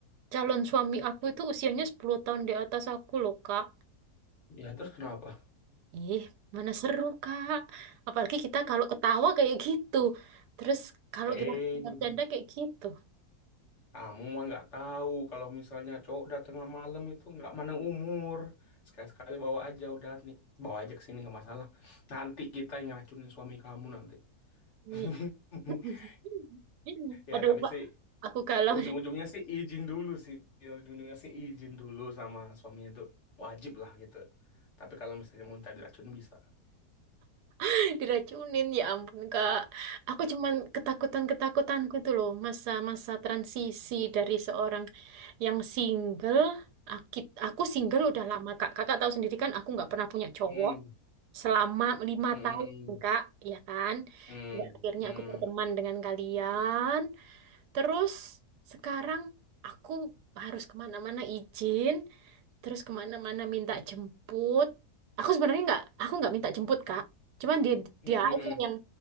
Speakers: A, on the right; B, on the left.
A: calon suami aku itu usianya 10 tahun di atas aku loh, Kak.
B: ya terus kenapa
A: Ih, mana seru, Kak. Apalagi kita kalau ketawa kayak gitu. Terus kalau
B: eh
A: kita bercanda kayak gitu.
B: kamu mah nggak tahu kalau misalnya cowok udah tengah malam itu nggak mandang umur sekali-sekali bawa aja udah nih bawa aja ke sini nggak masalah nanti kita yang ngeracunin suami kamu nanti <laughs>
A: Ih. <laughs>
B: Ya,
A: Aduh,
B: tapi
A: Pak.
B: sih
A: Aku galau.
B: ujung-ujungnya sih izin dulu sih. Ujung-ujungnya sih izin dulu sama suaminya tuh wajib lah gitu. Tapi kalau misalnya mau minta diracun bisa.
A: <laughs> Diracunin ya ampun Kak. Aku cuman ketakutan-ketakutanku itu loh masa-masa transisi dari seorang yang single. Aki- Aku single udah lama Kak. Kakak tahu sendiri kan aku nggak pernah punya cowok
B: Hmm.
A: selama lima
B: Hmm.
A: tahun Kak, ya kan?
B: Hmm.
A: Nggak akhirnya
B: Hmm.
A: aku berteman dengan kalian. Terus sekarang aku harus kemana-mana izin terus kemana-mana minta jemput. Aku sebenarnya nggak, aku nggak minta jemput Kak. Cuman dia
B: Hmm.
A: dia aja yang,